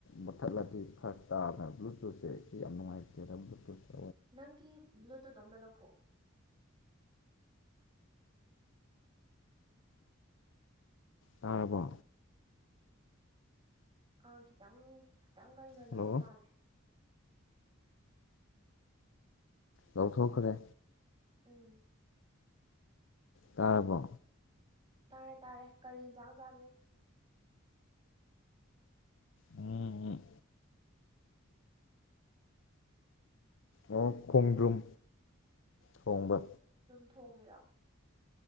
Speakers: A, on the left; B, on the right.
A: ꯃꯨꯠꯊꯠꯂꯗꯤ ꯐꯔ ꯇꯥꯗꯅ ꯕ꯭ꯂꯨꯇꯨꯠꯁꯦ ꯁꯤ ꯌꯥꯝ ꯅꯨꯡꯉꯥꯏꯇꯦꯗ ꯕ꯭ꯂꯨꯇꯨꯠꯦ
B: ꯅꯪꯒꯤ ꯕ꯭ꯂꯨꯇꯨꯠ ꯑꯝꯗ ꯂꯧꯊꯣꯛꯑꯣ
A: <inaudible> ꯇꯥꯔꯕ
B: ꯑꯪ ꯈꯤꯇꯪ ꯈꯤꯇꯪ ꯀꯟꯈꯂꯛꯄ
A: ꯍꯜꯂꯣ
B: ꯃꯥꯜꯂꯦ
A: ꯂꯧꯊꯣꯛꯈ꯭ꯔꯦ
B: ꯎꯝ
A: ꯀꯥꯔꯄ
B: ꯇꯥꯔꯦ ꯇꯥꯔꯦ ꯀꯔꯤ ꯌꯦꯟꯖꯥꯡ ꯆꯥꯒꯦ
A: ꯎꯝ ꯑꯣ ꯈꯣꯡꯗ꯭ꯔꯨꯝ ꯊꯣꯡꯕ
B: ꯊꯣꯡꯉꯦꯔ